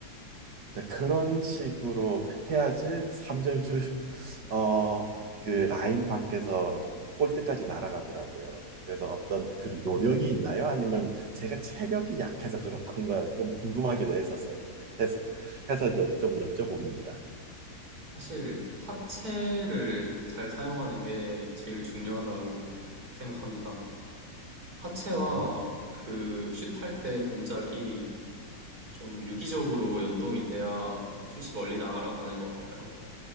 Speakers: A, on the right; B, on the right.
A: 이제 그런 식으로 해야지 3점슛 어, 그 라인 밖에서 골대까지 날아가더라고요. 그래서 어떤
B: 어,
A: 그 요령이 있나요? 아니면 제가 체력이 약해서 그런 건가 좀 궁금하기도 해서 해서 해서 여- 좀 여쭤봅니다.
B: 사실 하체를 잘 사용하는 게 제일 중요하다고 생각합니다. 하체와
A: 음,
B: 그 슛할 때 동작이 좀 유기적으로 연동이 돼야 슛이 멀리 날아가는 것 같아요.